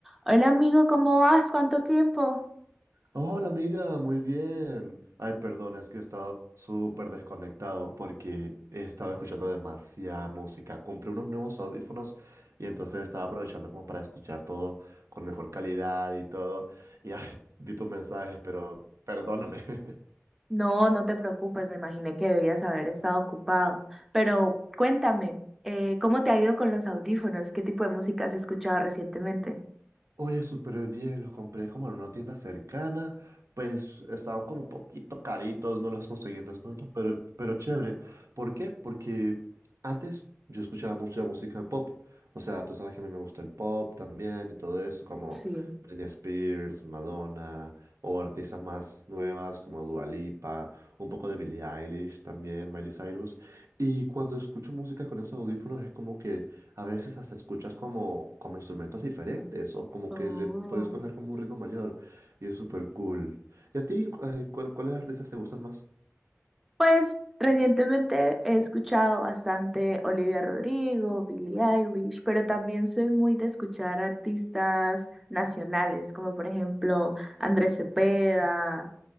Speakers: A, in the centre; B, on the right.
A: Hola amigo, ¿cómo vas? ¿Cuánto tiempo?
B: Hola amiga, muy bien. Ay, perdón, es que he estado súper desconectado porque he estado escuchando demasiada música. Compré unos nuevos audífonos y entonces estaba aprovechando como para escuchar todo con mejor calidad y todo. Y ay, vi tus mensajes, pero perdóname. <laughs>
A: No, no te preocupes, me imaginé que debías haber estado ocupado. Pero cuéntame, eh, ¿cómo te ha ido con los audífonos? ¿Qué tipo de música has escuchado recientemente?
B: Oye, súper bien, los compré como en una tienda cercana, pues estaban como un poquito caritos, no los conseguí en descuento, pero, pero chévere. ¿Por qué? Porque antes yo escuchaba mucha música pop, o sea, tú sabes que a mí me gusta el pop también y todo eso, como
A: Sí.
B: Britney Spears, Madonna, o artistas más nuevas como Dua Lipa, un poco de Billie Eilish también, Miley Cyrus, y cuando escucho música con esos audífonos es como que a veces hasta escuchas como, como instrumentos diferentes o como
A: Oh.
B: que le puedes coger como un ritmo mayor y es súper cool. ¿Y a ti, eh, cuál- cuáles artistas te gustan más?
A: Pues recientemente he escuchado bastante Olivia Rodrigo, Billie Eilish, pero también soy muy de escuchar artistas nacionales, como por ejemplo Andrés Cepeda.